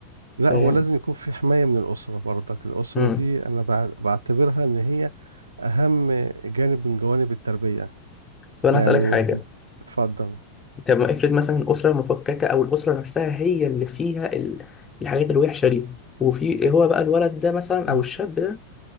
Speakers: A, on the right; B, on the left.
A: لا
B: فاهم
A: هو لازم يكون في حماية من الأسرة برضك الأسرة
B: امم
A: دي أنا بع- بعتبرها إن هي أهم جانب من جوانب التربية
B: طب انا
A: يعني
B: هسألك حاجة
A: اتفضل
B: طب ما افرض مثلا الأسرة المفككة او الأسرة نفسها هي اللي فيها ال... الحاجات الوحشة دي وفي هو بقى الولد ده مثلا
A: مم.
B: او الشاب ده